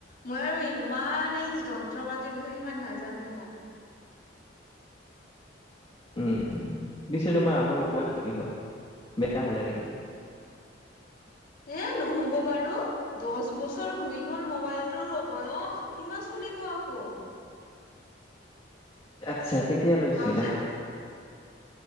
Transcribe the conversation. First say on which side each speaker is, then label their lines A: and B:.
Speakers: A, on the left; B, on the left.
A: মই আৰু ইমান এই যন্ত্ৰ পাতিৰ বিষয়ে সিমান নাজানো ন।
B: উম পিছে তোমাৰ আগৰ মোবাইলটো কি হল বেয়া হলে নেকি
A: এ নহ'ব বাৰু দহ বছৰ হৈ গল মোবাইলটোৰ অবয়স কিমান চলিব আকৌ।
B: অ আচ্ছা কেতিয়া লৈছিলা
A: থাউজেণ্ড